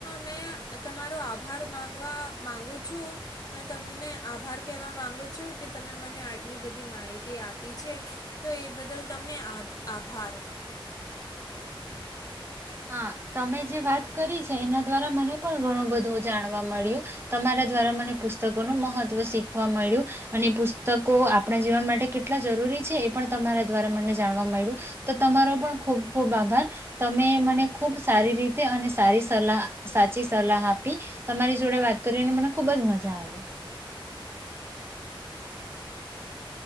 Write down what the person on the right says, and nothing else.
હા. તમે જે વાત કરી છે, એના દ્વારા મને પણ ઘણું બધું જાણવા મળ્યું. તમારા દ્વારા મને પુસ્તકો નું મહત્વ શીખવા મળ્યું અને પુસ્તકો આપણા જીવન માટે કેટલા જરૂરી છે, એ પણ તમારા દ્વારા મને જાણવા મળ્યું. તમારો પણ ખૂબ ખૂબ આભાર. તમે મને ખૂબ સારી રીતે અને સારી સલાહ સાચી સલાહ આપી. તમારી જોડે વાત કરીને મને ખૂબ જ મજા આવી. <inaudible>